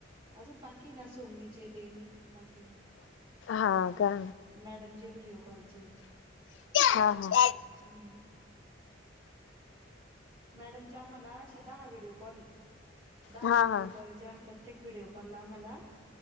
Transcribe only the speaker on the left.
हा का.
हा हा.
हा हा
हा